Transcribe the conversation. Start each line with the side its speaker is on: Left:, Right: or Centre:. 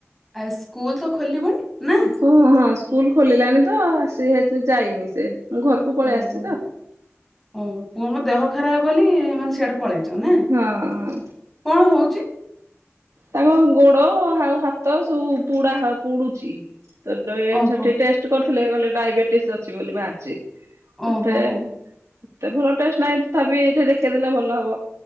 Centre: ଆଉ ସ୍କୁଲ ତ ଖୋଲିବୁନି ନା
Right: ଓ ହଁ ସ୍କୁଲ ଖୋଲିଲାଣି ତ ଆସି <unintelligible> ଯାଇନି ସେ ଘରକୁ ପଳେଇ
Centre: ଓହୋ
Right: ଆସିଛି ତ
Centre: ଓହୋ ପୁଅଙ୍କ ଦେହ ଖରାପ ବୋଲି ମାନେ ସିଆଡେ ପଳେଇଛ ନା
Right: ହଁ ହଁ
Centre: କଣ ହଉଛି?
Right: ତାଙ୍କ ଗୋଡ ଆଉ ହାତ ସବୁ ପୁଡା ହା ପୁଡୁଛି ତ <unintelligible>
Centre: ଓହୋ
Right: ସେଠି ଟେଷ୍ଟ କରିଥିଲେ ଗଲେ ଡାଇବେଟିସ୍ ଅଛି ବୋଲି ବାହାରିଛି
Centre: ଓହୋ
Right: ଏତେ ଏତେ ଭଲ ଟେଷ୍ଟ ନାହିଁ ତଥାପି ଏଠି ଦେଖେଇ ଦେଲେ ଭଲ ହବ।